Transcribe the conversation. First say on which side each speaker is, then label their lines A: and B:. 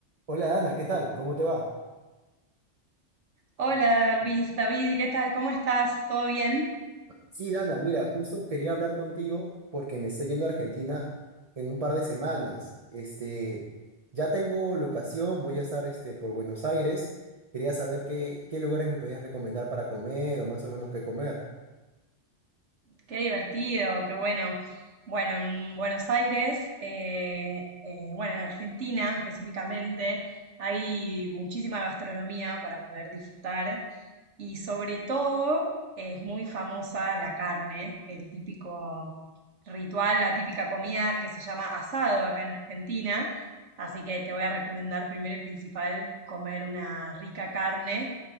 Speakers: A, on the right (about 35°); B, on the right (about 75°).
A: Hola Dana, ¿qué tal? ¿Cómo te va?
B: Hola Luis, David, ¿qué tal? ¿Cómo estás? ¿Todo bien?
A: Sí, Dana, mira, justo quería hablar contigo porque me estoy yendo a Argentina en un par de semanas. Este, ya tengo locación, voy a estar este, por Buenos Aires. Quería saber qué, qué lugares me podías recomendar para comer o más o menos qué comer.
B: Qué divertido, qué bueno. Bueno, en Buenos Aires, eh, eh, bueno, en Argentina específicamente, hay muchísima gastronomía para poder disfrutar y sobre todo es muy famosa la carne, el típico ritual, la típica comida que se llama asado acá en Argentina. Así que te voy a recomendar primero y principal comer una rica carne